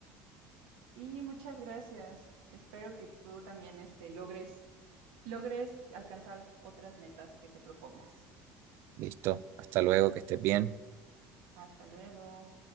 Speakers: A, on the right; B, on the right.
A: Sí, muchas gracias. Espero que tú también este, logres, logres alcanzar otras metas que te propongas.
B: Listo, hasta luego, que estés bien.
A: Hasta luego.